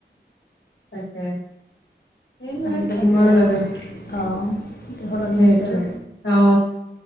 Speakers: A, on the left; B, on the left.
A: তাকে। এইবিলাক
B: আজিকালি
A: সময়ৰ
B: এতিয়া আৰু
A: লগে।
B: অঁ, সলনি
A: সেইটো
B: হৈছে আৰু
A: অ অ